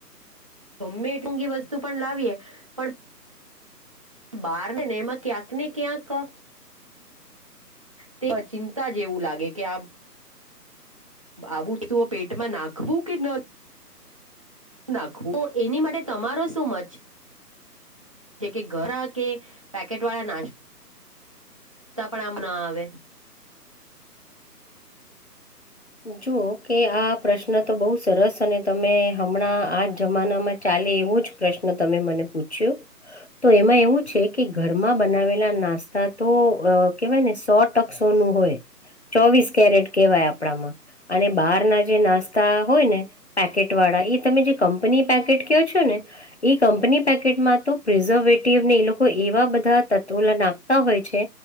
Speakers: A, on the right (about 20°); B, on the left (about 45°).
A: ગમે મુઘી વસ્તુ પણ લાવીએ પણ. બહાર ને હી મામાં ક આકની ક્યા ક. તે ચિંતા જ એવું લાગે કે આ. આવું જ તું પેટમાં નાખવું કે ન. રાખવું તો એની માટે તમારો શું મત છે. જે કે ઘર કે પેકેટ વાળા નાસ્ તા પણ આમ ના આવે.
B: જુઓ કે આ પ્રશ્ન તો બહુ સરસ અને તમે હમણાં આ જ જમાનામાં ચાલે એવું જ. પ્રશ્ન તમે મને પૂછ્યો. તો એમાં એવું છે કે ઘરમાં બનાવેલા નાસ્તા તો અ કેહેવાય ને સોટ ટક સોનું હોય ચોવીસ કેરેટ કેવાય આપણામાં. અને બહાર ના જે નાસ્તા હોય ને પેકેટ વાળા એ તમે જે કંપની પેકેટ કહો છો ને એ કંપની પેકેટમાં તો પ્રિઝર્વેટિવ ને એ લોકો એવા બધા તત્વો લ નાખતા હોય છે.